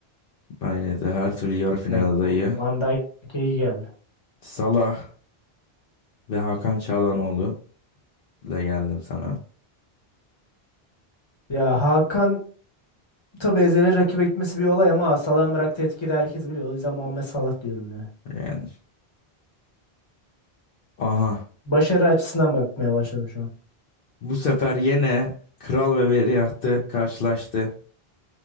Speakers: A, on the left (about 65°); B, on the left (about 25°).
A: Bence de her türlü yarı final
B: Ne
A: adayı.
B: Van Dijk iyi geldi.
A: Salah ve Hakan Çalhanoğlu ile geldim sana.
B: Ya Hakan tabii ezeli rakibe gitmesi bir olay ama Salah'ın bıraktığı etkiyi de herkes biliyor. O yüzden Muhammed Salah diyorum ya.
A: Yani. Aha.
B: Başarı açısından bakmaya başladım şu an.
A: Bu sefer yine Kral ve Veliahtı karşılaştı.